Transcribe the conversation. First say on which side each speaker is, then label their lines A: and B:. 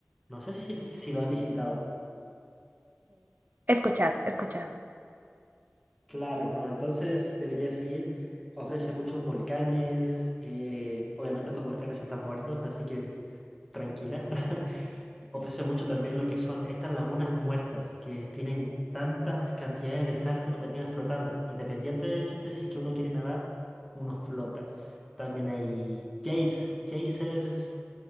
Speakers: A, in the centre; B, on the right.
A: No sé si, si lo has visitado.
B: He escuchado, he escuchado.
A: Claro, no, entonces deberías ir. Ofrece muchos volcanes. eh, obviamente estos volcanes están muertos, así que tranquila, <laughs> ofrece mucho también lo que son estas lagunas muertas, que tienen tantas cantidades de sal que uno termina flotando. Independientemente si es que uno quiere nadar, uno flota. También hay geys- geysers.